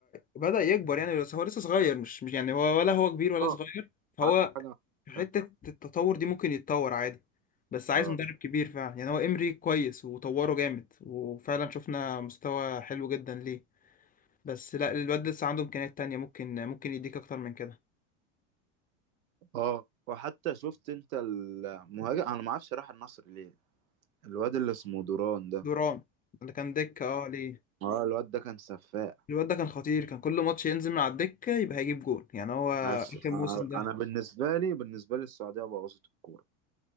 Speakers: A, on the left; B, on the right.
A: بدأ يكبر يعني بس هو لسه صغير مش مش يعني هو ولا هو كبير ولا
B: اه
A: صغير فهو
B: عندك حاجة
A: حتة
B: أحسن.
A: التطور دي ممكن يتطور عادي بس عايز
B: اه
A: مدرب كبير فعلا يعني هو إمري كويس وطوره جامد وفعلا شفنا مستوى حلو جدا ليه بس لا الواد لسه عنده إمكانيات تانية ممكن ممكن يديك أكتر من كده
B: اه وحتى شفت انت المهاجم انا ما اعرفش راح النصر ليه الواد اللي اسمه دوران ده
A: دوران اللي كان دكة اه ليه
B: اه الواد ده كان سفاق
A: الواد ده كان خطير كان كل ماتش ينزل من على الدكة يبقى هيجيب جول يعني هو
B: بس
A: آخر موسم
B: انا
A: ده
B: أنا بالنسبه لي بالنسبه لي السعوديه بوظت الكوره